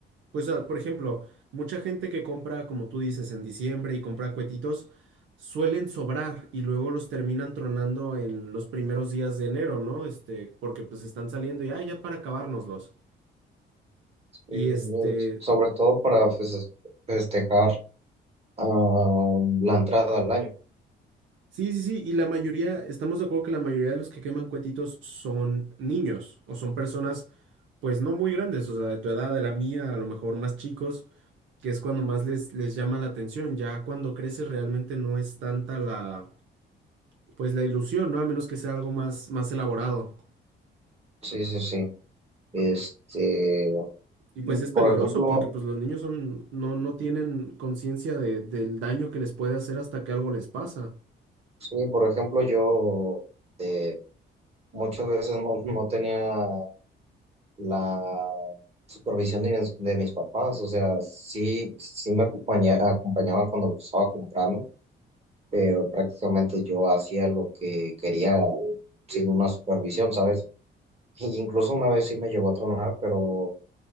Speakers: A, on the right; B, on the right.
A: Pues ah, por ejemplo, mucha gente que compra, como tú dices, en diciembre y compra cohetitos, suelen sobrar y luego los terminan tronando en los primeros días de enero, ¿no? Este, porque pues están saliendo y, ah, ya para acabárnoslos. Y
B: Eh,
A: este,
B: sobre todo para fes- festejar ah, la entrada al año.
A: Sí, sí, sí, y la mayoría, estamos de acuerdo que la mayoría de los que queman cuetitos son niños o son personas pues no muy grandes, o sea, de tu edad, de la mía, a lo mejor más chicos, que es cuando más les, les llama la atención, ya cuando creces realmente no es tanta la pues la ilusión, ¿no? A menos que sea algo más, más elaborado.
B: Sí, sí, sí. Este,
A: Y pues es peligroso
B: por ejemplo,
A: porque pues los niños son, no, no tienen conciencia de- del daño que les puede hacer hasta que algo les pasa.
B: sí, por ejemplo, yo eh, muchas veces no, no tenía la supervisión de mis, de mis papás, o sea, sí, sí me acompaña- acompañaban cuando lo estaba comprando pero prácticamente yo hacía lo que quería sin una supervisión, ¿sabes? <laughs> Y incluso una vez sí me llegó a tronar, pero